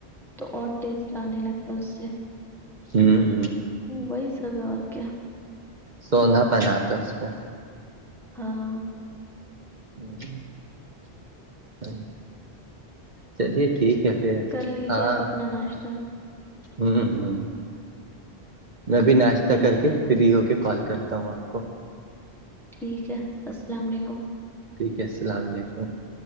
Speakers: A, in the centre; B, on the right (about 50°).
A: تو اور تٹیز آنے لگتا اس سے
B: ہوں ہوں
A: وہی سب ہے اور کیا
B: سوندھا پن آ تھا اس میں
A: ہاں
B: <unintelligible> چلیے ٹھیک ہے پھر
A: کر لیجیے
B: ہاں
A: آپ اپنا ناشتا
B: ہوں ہوں میں بھی ناشتہ
A: ٹھیک
B: کر کے
A: ہے
B: فری ہو کے کال کرتا ہوں آپ کو
A: ٹھیک ہے السلام علیکم
B: <unintelligible>